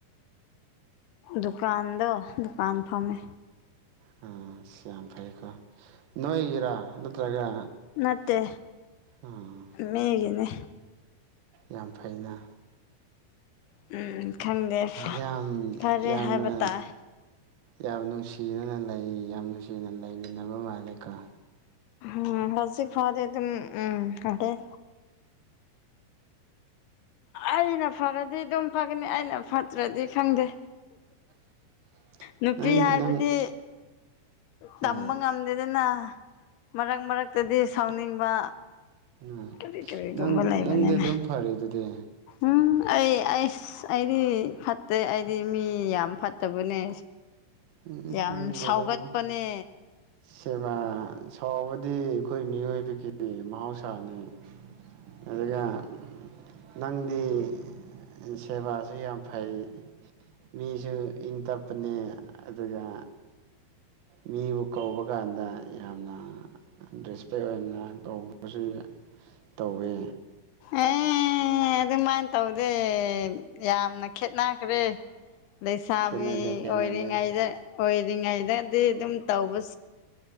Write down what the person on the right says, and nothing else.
ꯑꯥ ꯑꯁ ꯌꯥꯝ ꯐꯩꯀꯣ ꯅꯣꯏꯒꯤꯔꯥ ꯅꯠꯇ꯭ꯔꯒ
ꯑꯥ
ꯌꯥꯝ ꯐꯩꯅꯥ
ꯌꯥꯝ
ꯌꯥꯝꯅ
ꯌꯥꯝ ꯅꯨꯡꯁꯤꯅꯅ ꯂꯩ ꯌꯥꯝ ꯅꯨꯡꯁꯤꯅ ꯂꯩꯃꯤꯟꯅꯕ ꯃꯥꯜꯂꯦꯀꯣ
<inaudible>
ꯅꯪ
ꯑꯥ
ꯑꯥ
ꯅꯪ
ꯅꯪꯗꯤ ꯑꯗꯨꯝ ꯐꯔꯤꯗꯨꯗꯤ
<inaudible> ꯅꯪꯁꯦ
ꯑꯗꯨꯝ ꯁꯦꯕꯥ ꯁꯥꯎꯕ ꯗꯤ ꯑꯩꯈꯣꯏ ꯃꯤꯑꯣꯏ-ꯕꯒꯤ ꯃꯍꯧꯁꯥꯅꯦ ꯑꯗꯨꯒ ꯅꯪꯗꯤ ꯁꯦꯕꯥꯁꯨ ꯌꯥꯝ ꯐꯩ ꯃꯤꯁꯨ ꯏꯪꯇꯞ ꯄꯅꯤ ꯑꯗꯨꯒ ꯃꯤꯕꯨ ꯀꯧꯕ ꯀꯥꯟꯗ ꯌꯥꯝꯅ ꯔꯦꯁꯄꯦꯛ ꯑꯣꯏꯅ ꯇꯧꯕꯁꯨ ꯇꯧꯋꯦ
ꯈꯦꯠꯅꯗꯦ ꯈꯦꯠꯅꯗꯦ